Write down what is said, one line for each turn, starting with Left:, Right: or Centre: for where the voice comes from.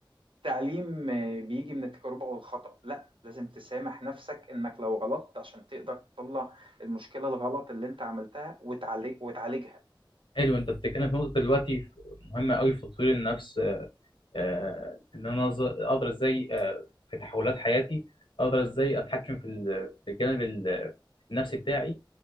Right: التعليم آه، بيجي من التجربة والخطأ لا لازم تسامح نفسك إنك لو غلطت عشان تقدر تطلع المشكلة الغلط اللي أنت عملتها وتعالج وتعالجها
Left: حلو انت بتتكلم في نقطة دلوقتي في- مهمة قوي في تطوير النفس آه، ان انا أز- اقدر ازاي آه، في تحولات حياتي اقدر ازاي اتحكم في ال- في الجانب ال- النفسي بتاعي